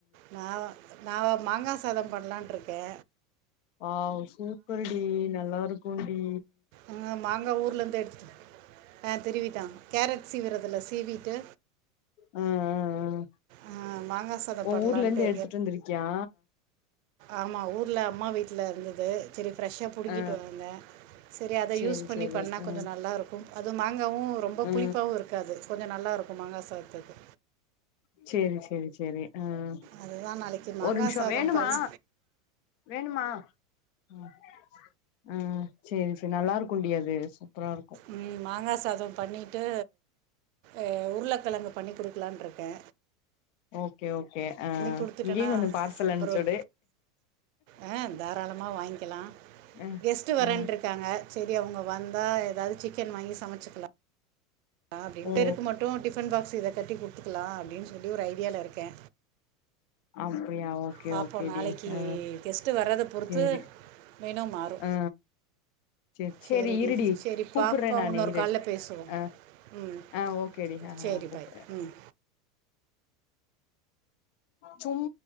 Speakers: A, on the right; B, on the left.
A: நாவ நாவப் மாங்கா சாதம் பண்லான் இருக்கே
B: ஆஹ் சூப்பர் டி நல்லா இருக்கும் டி
A: ஆஹ் மாங்கா ஊர்ல இருந்து எடுத்துடு ஆஹ் திருவிதா கேரட் சீவிறதுல சீவிட்டு.
B: ஹ ஹ ஹ
A: அஹ், மாங்காய் சாதம்
B: ஓ
A: பண்ணலான்ட்டு
B: ஊர்ல இருந்து எடுத்துட்டு வந்திருக்கியா.
A: ஆமா ஊர்ல அம்மா வீட்ல இருந்தது. சரி ஃப்ரெஷ்ஷா புடுங்கிட்டு
B: ஆ ஆ
A: வந்தே சரி அத
B: சேரி
A: யூஸ் பண்ணி
B: சேரி
A: பண்ணா
B: ஆ
A: கொஞ்சம் நல்லாருக்கும், அது மாங்காவும் ரொம்ப
B: ஆ
A: புளிப்பாவும் இருக்காது கொஞ்சம் நல்லாருக்கும் மாங்கா. பாத்துக்கோ
B: ச்செரி ச்செரி ச்செரி ம்
A: அதுதான் நாளைக்கு மாங்காய்
B: ஒரு நிம்ஷோ
A: சாதம்
B: வேணுமா
A: பண்ணி
B: வேணுமா அ அ சரி சரி நல்லாருக்குன்டி அது சூப்பரா இருக்கு
A: ம் மாங்கா சாதம் பண்ணிட்டு அ உருளக்கழங்கு பண்ணி குடுக்கலான்ருக்கே
B: ஓகே ஓகே ஆ
A: கொடுத்துட்டேன்னா
B: இங்கேயு கொஞ்சோ பார்சல்
A: அப்புறம்
B: அம்ச்சுடு
A: ஒரு ஆ தாராளமாக வாங்கிக்கலாம்
B: அ
A: கெஸ்ட்டு வரேன்
B: அ
A: இருக்காங்க சரி அவங்க வந்தா எதாது சிக்கன் வாங்கி சமச்சுக்கலா அ அப்டிண்டு
B: ஓ
A: ருக்கு மட்டு டிஃபன் பாக்ஸ் இத கட்டி குடு கத்துக்கலா அப்டின் சொல்லி ஒரு ஐடியால இருக்கே
B: அப்டியா ஓகே
A: பாப்போ
B: ஓகேடி
A: நாளைக்கி
B: ஆ
A: டெஸ்டு வர்றத பொறுத்து
B: சேரி
A: மெனு மாறு
B: ஆ சேரி சேரி
A: சரிடி
B: இருடி
A: சரிப்பாப்போ
B: கூப்புட்றே நானு
A: இன்னொரு
B: இரு
A: கால்ல பேசுவோ
B: ஆ
A: ம்
B: ஆ ஓகேடி ஆ
A: சரி
B: ஆ கூப்புட்றே
A: பாய் ம்
B: சும்